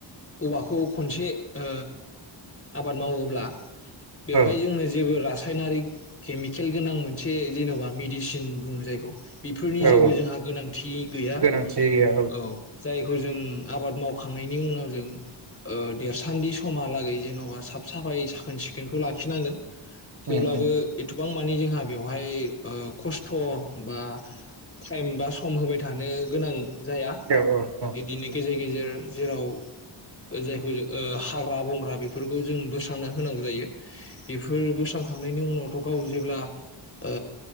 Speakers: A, on the left; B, on the right.
A: औवाखौ खनसे ओ आबाद मावोब्ला बेवहाय
B: औ
A: जोंनो जेबो ला रासायनारि केमिकेल गोनां मोनसे जेन'बा मेदिसिन बुङो जायखौ बेफोर जेबो
B: औ औ
A: जोंहा गोनांथि गैया
B: गोनांथि गैया
A: औ जायखौ जों आबाद माव खांनायनि उनाव जों ओ देरसान्दि समहालागै जेन'बा साफ साफायै साखोन सिखोनखौ लाखिनांगोन । थेवब्लाबो
B: उम उम
A: एथबां मानि जोंहा बेवहाय ओ खस्थ' बा टाइम बा सम होबाय थानो गोनां जाया
B: औ औ
A: बिदिनो गेजे गेजेर जेराव जायखौ ओ हाग्रा बंग्रा बेफोरखौ जों बोस्रांना होनांगौ जायो । फोर बोस्रांखांनायनि उनावथ' गाव जेब्ला ओ